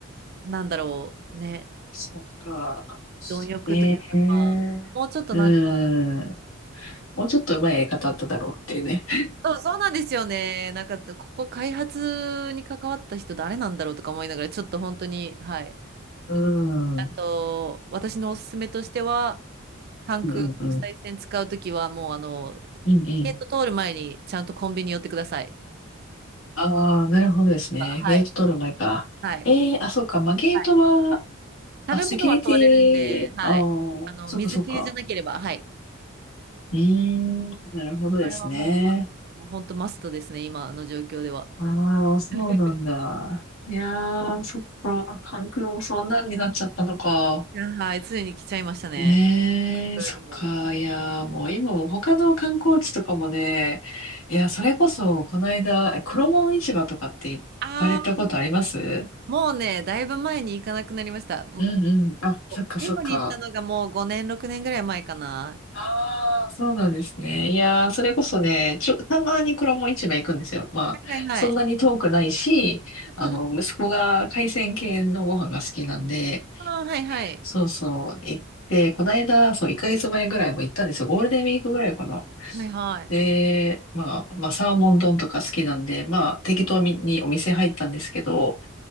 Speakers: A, on the right; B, on the left.
A: なんだろう、ね、
B: そっか。
A: 貪欲というか、
B: ええうん。
A: まあ、もうちょっとなんか、
B: もうちょっと上手いやり方あっただろうっていうね。
A: そう、そうなんですよね。なんか、ここ開発に関わった人誰なんだろうとか思いながら、ちょっと本当に、はい。
B: うん。
A: あと、
B: うん
A: 私のおすすめとしては、関空国際線使うときは、
B: うんうん。
A: もう、あの、
B: うんうん。
A: ゲート通る前に、ちゃんとコンビニ寄ってください。
B: ああ、なるほどですね。
A: はい。
B: ゲート取る前か。
A: はい。
B: ええあ、そうか。まあ、ゲートは、
A: はい。
B: あ、
A: 食べ物は通れるんで、
B: セキュリティ、
A: はい。
B: あ
A: あの、
B: あ、そっかそっか。
A: 水系じゃなければ、はい。
B: うーん、なるほどですね。
A: これはもう、ま、もう本当マストですね、今の状況では。
B: ああ、そうなんだ。
A: <laughs>
B: いやー、そっか。関空もそんなんになっちゃったのか。
A: いや、はい。ついに来ちゃいましたね。
B: ねえ、
A: 空にも。
B: そっか。いやー、もう今も他の観光地とかもね、いや、それこそ、この間、え黒門市場とかって行かれたことあります
A: ああ。もうね、だいぶ前に行かなくなりました。もう
B: うんうん。あ、そっかそっか。
A: 最後に行ったのがもう5年、6年ぐらい前かな。
B: ああ、そうなんですね。いやー、それこそね、ちょ、たまに黒門市場行くんですよ。まあ、
A: はいはいはい。
B: そんなに遠くないし、あの、
A: うんうん、
B: 息子が海鮮系のご飯が好きなんで、
A: ああ、はいはい。
B: そうそう、行って、この間、そう、1ヶ月前ぐらいも行ったんですよ。ゴールデンウィークぐらいかな。
A: はいはい。
B: で、まあ、まあ、サーモン丼とか好きなんで、まあ、適当にお店入ったんですけど、
A: うん